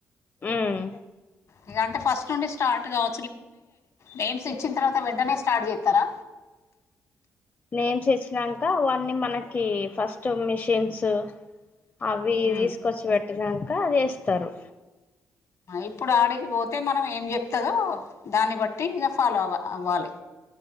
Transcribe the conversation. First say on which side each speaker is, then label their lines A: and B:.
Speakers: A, on the left; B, on the left.
A: ఉమ్
B: ఇంగా అంటే ఫస్ట్ నుండి స్టార్ట్ కావ నేమ్స్ ఇచ్చిన తర్వాత వెంటనే స్టార్ట్ చేస్తారా
A: నేమ్స్ ఇచ్చినాంక అవన్నీ మనకి ఫస్ట్ మిషన్స్ అవి
B: ఉమ్
A: తీసుకొచ్చి పెట్టినాంక అది వేస్తారు
B: ఇప్పుడు ఆడికి పోతే మనం ఏం చెప్తాదో దాన్ని బట్టి ఇక ఫాలో అవ అవ్వాలి